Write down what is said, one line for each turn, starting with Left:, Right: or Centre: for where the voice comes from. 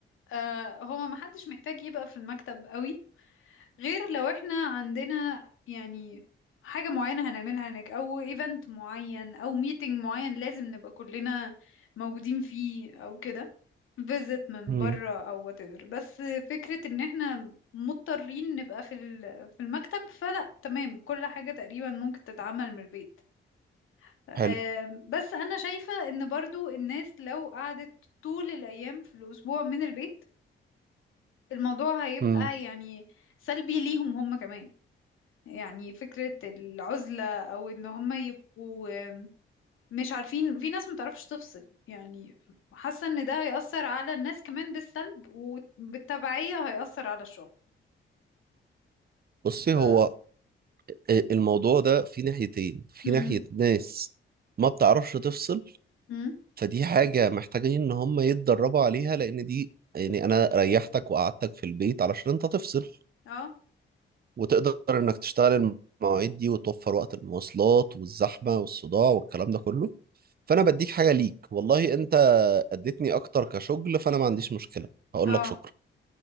Left: آه هو محدش محتاج يبقى في المكتب قوي غير لو احنا عندنا يعني حاجة معينة هنعملها هناك أو ايفنت معين أو ميتنج معين لازم نبقى كلنا موجودين فيه أو كده فيزت من
Right: مم.
Left: بره أو whatever بس فكرة إن احنا مضطرين نبقى في ال- في المكتب فلا تمام كل حاجة تقريبا ممكن تتعمل من البيت آم،
Right: حلو
Left: بس أنا شايفة إن برضو الناس لو قعدت طول الأيام في الأسبوع من البيت الموضوع هيبقى
Right: مم.
Left: يعني سلبي ليهم هم كمان يعني فكرة العزلة أو إن هم يبقوا مش عارفين في ناس متعرفش تفصل يعني حاسة إن ده هيأثر على الناس كمان بالسلب وبالتبعية هيأثر على الشغل
Right: بصي
Left: ف
Right: هو آه، الموضوع ده في ناحيتين في
Left: مم.
Right: ناحية ناس ما بتعرفش تفصل
Left: مم.
Right: فدي حاجة محتاجين ان هم يتدربوا عليها لان دي يعني انا ريحتك وقعدتك في البيت علشان انت تفصل
Left: اه
Right: وتقدر انك تشتغل المواعيد دي وتوفر وقت المواصلات والزحمة والصداع والكلام ده كله فانا بديك حاجة ليك والله انت اديتني اكتر كشغل فانا ما عنديش مشكلة هقول
Left: اه
Right: لك شكرا